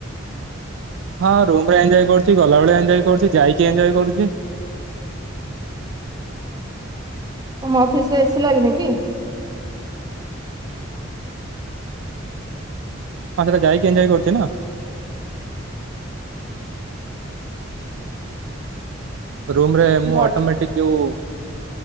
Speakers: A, on the right; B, on the right.
A: ହଁ ରୁମରେ ଏଞ୍ଜୟ କରୁଛି, ଗଲାବେଳେ ଏଞ୍ଜୟ କରୁଛି, ଯାଇକି ଏଞ୍ଜୟ କରୁଛି।
B: ତମ ଅଫିସରେ ଏସି ଲାଗନିକି?
A: ହଁ ସେଟା ଯାଇକି ଏଞ୍ଜୟ କରୁଛି ନା। ରୁମରେ ମୁଁ
B: ଭଲ
A: ଅଟୋମେଟିକ ଯୋଉ